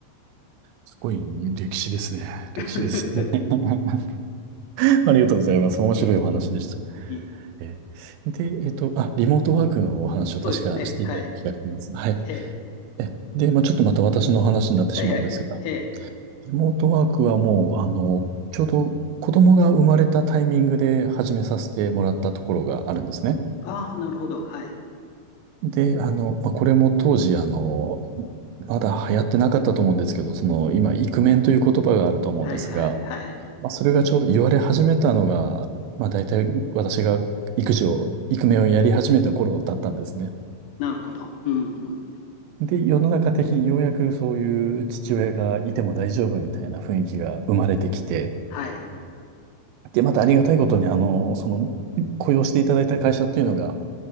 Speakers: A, on the right; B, on the left.
A: すごい歴史ですね。歴史ですね。
B: <laughs>、
A: <laughs> ありがとうございます。面白いお話でした。
B: ええ
A: え、で、えっと、あ、リモートワークのお話を確かしていたような気がします。
B: そうですね。はい。
A: はい。
B: ええ
A: え、で、まあ、ちょっとまた私の話になってしまうんですが、
B: はいはい。ええ
A: リモートワークはもう、あの、ちょうど子供が生まれたタイミングで始めさせてもらったところがあるんですね。
B: ああ、なるほど。はい。
A: で、あの、まあ、これも当時、あの、まだ流行ってなかったと思うんですけど、その、今、イクメンという言葉があると思うんですが、
B: はいはいはい。
A: まあ、それがちょうど言われ始めたのが、まあ、大体私が育児を、イクメンをやり始めた頃だったんですね。
B: なるほど。うんうん。
A: で、世の中的にようやくそういう父親がいても大丈夫みたいな雰囲気が生まれてきて、
B: はい。
A: で、またありがたいことに、あの、その、雇用していただいた会社っていうのが、